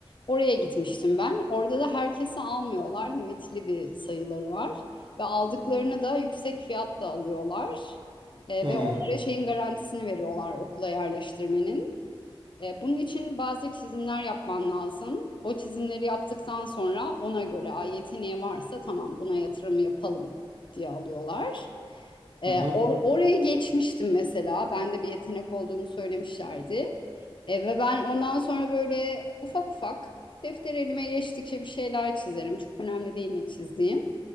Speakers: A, on the left (about 55°); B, on the right (about 60°).
A: Oraya gitmiştim ben. Orada da herkesi almıyorlar. Limitli bir sayıları var. Ve aldıklarını da yüksek fiyatla alıyorlar. E,
B: Hı hı.
A: ve onlara şeyin garantisini veriyorlar okula yerleştirmenin. E, bunun için bazı çizimler yapman lazım. O çizimleri yaptıktan sonra ona göre "Aa, yeteneği varsa tamam buna yatırım yapalım diye alıyorlar. E,
B: hı hı.
A: or- oraya geçmiştim mesela. Bende bir yetenek olduğunu söylemişlerdi. E, ve ben ondan sonra böyle ufak ufak defter elime geçtikçe bir şeyler çizerim. Çok önemli değil ne çizdiğim.